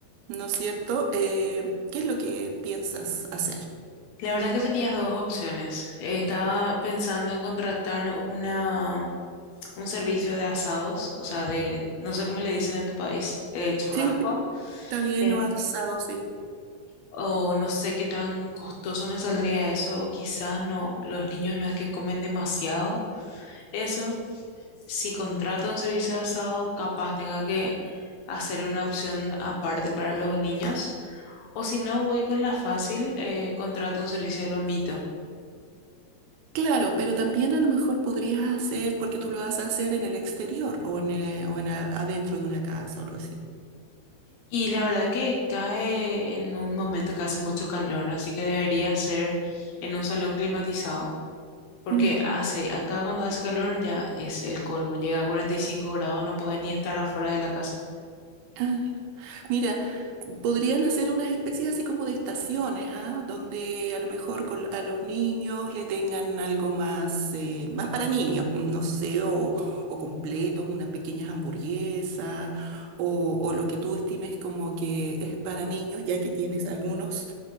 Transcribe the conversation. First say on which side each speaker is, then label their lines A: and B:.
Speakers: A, on the right (about 75°); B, on the left (about 80°).
A: ¿no es cierto? Eh, ¿qué es lo que piensas hacer?
B: La verdad que tenías dos opciones. Estaba pensando en contratar una, un servicio de asados, o sea, de, no sé cómo le dicen en tu país, eh, churrasco.
A: Sí, pe- está bien
B: Em,
A: o asado, sí.
B: o no sé qué tan costoso me saldría eso, o quizás no, los niños no es que comen demasiado eso. Si
A: Mm.
B: contrato un servicio de asado, capaz tenga que hacer una opción aparte para los niños, o si no, voy con la fácil, eh, contrato un servicio de lomito.
A: Claro, pero también a lo mejor podrías hacer, porque tú lo vas a hacer en el exterior o en, eh, o en a- adentro de una casa o algo así.
B: Y la verdad que cae en un momento que hace mucho calor, así que debería ser en un salón climatizado. Porque
A: Mm.
B: hace, acá cuando hace calor ya es el colmo. Llega a 45 grados, no puede ni estar afuera de la casa.
A: Ah, ya. Mira, podrían hacer unas especies así como de estaciones, ¿ah? Donde a lo mejor con- a los niños le tengan algo más, eh, más para niños, no sé, o, o completos, unas pequeñas hamburguesas, o, o lo que tú estimes como que es para niños, ya que tienes algunos,